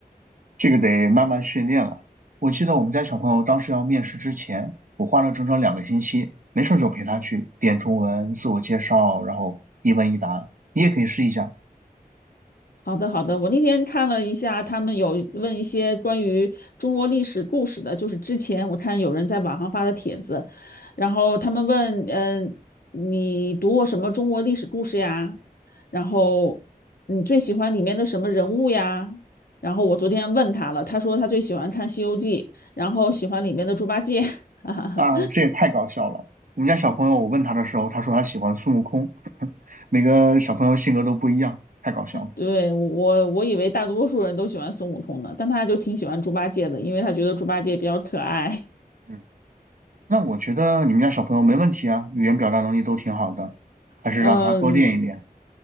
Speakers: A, on the right; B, on the left.
A: 这个得慢慢训练了。我记得我们家小朋友当时要面试之前，我花了整整两个星期，没事就陪他去练中文、自我介绍，然后一问一答。你也可以试一下
B: 好的，好的。我那天看了一下，他们有问一些关于中国历史故事的，就是之前我看有人在网上发的帖子，然后他们问，嗯、你读过什么中国历史故事呀？然后你最喜欢里面的什么人物呀？然后我昨天问他了，他说他最喜欢看《西游记》，然后喜欢里面的猪八戒。<laughs> 哈哈哈，
A: 啊，这也太搞笑了。我们家小朋友，我问他的时候，他说他喜欢孙悟空，<laughs> 每个小朋友性格都不一样，太搞笑了。
B: 对，我我以为大多数人都喜欢孙悟空呢，但他就挺喜欢猪八戒的，因为他觉得猪八戒比较可爱。
A: 嗯，那我觉得你们家小朋友没问题啊，语言表达能力都挺好的，还是让他多练一练。
B: 嗯，